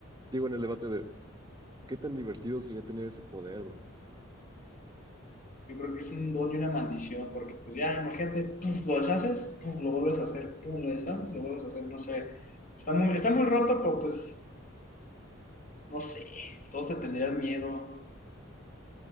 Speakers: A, on the right; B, on the left.
A: digo, en el debate de qué tan divertido sería tener ese poder, bro.
B: Yo creo que es un don y una maldición, porque pues ya, imagínate, pum, lo deshaces, pum, lo vuelves a hacer, pum, lo deshaces, lo vuelves a hacer, no sé. Está muy, está muy roto, pero pues No sé, todos te tendrían miedo.